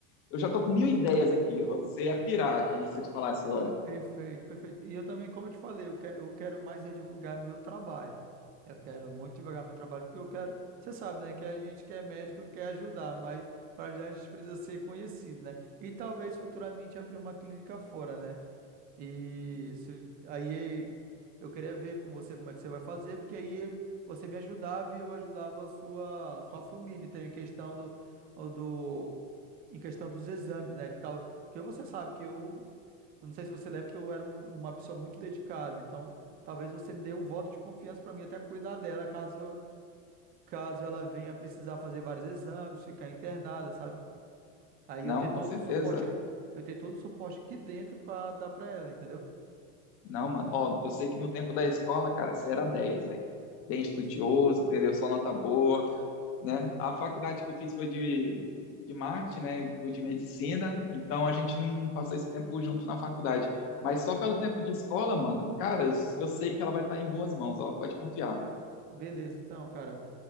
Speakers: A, on the left; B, on the right.
A: eu já tô com mil ideias aqui. Você ia pirar quando você te falasse agora.
B: Perfeito, perfeito. E eu também, como eu te falei, eu, que, eu quero mais é divulgar meu trabalho. Eu quero muito divulgar meu trabalho, porque eu quero. Você sabe, né, que a gente que é médico quer ajudar, mas para ajudar a gente precisa ser conhecido, né? E talvez futuramente abrir uma clínica fora, né? E se- aí eu queria ver com você como é que você vai fazer, porque aí você me ajudava e eu ajudava a sua, sua família. Então, em questão do, do, em questão dos exames, né? Que tal, porque você sabe que eu eu não sei se você lembra que eu era um- uma pessoa muito dedicada, então talvez você me dê o voto de confiança para mim até cuidar dela, caso eu- caso ela venha precisar fazer vários exames, ficar internada, sabe? Aí
A: Não,
B: eu ter
A: com
B: todo
A: certeza.
B: o suporte, eu ter todo o suporte aqui dentro para dar para ela, entendeu?
A: Não, mano. Ó, eu sei que no tempo da escola, cara, você era 10, velho. Bem estudioso,
B: Sim, sim.
A: entendeu? Só nota boa, né?
B: Hum,
A: A faculdade que eu fiz foi de, de marketing, né? e foi De medicina. Então a gente não passou esse tempo junto na faculdade. Mas só pelo tempo de escola, mano, cara, eu,
B: hum.
A: eu sei que ela vai estar em boas mãos, ó, pode confiar.
B: Beleza, então, cara.